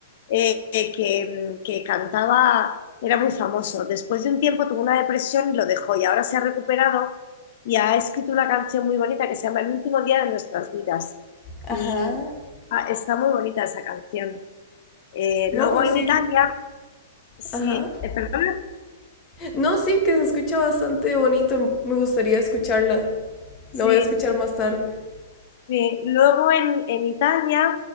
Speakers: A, on the left (about 50°); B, on the left (about 30°).
A: eh, eh, que, que cantaba, era muy famoso. Después de un tiempo tuvo una depresión y lo dejó y ahora se ha recuperado y ha escrito una canción muy bonita que se llama El último día de nuestras vidas.
B: Ajá.
A: Y ah, está muy bonita esa canción. Eh,
B: No,
A: luego
B: pues
A: en
B: sí.
A: Italia, sí,
B: Ajá.
A: eh, perdona,
B: No, sí, que se escucha bastante bonito. Me gustaría escucharla.
A: sí.
B: La voy a escuchar más tarde.
A: Sí, luego en, en Italia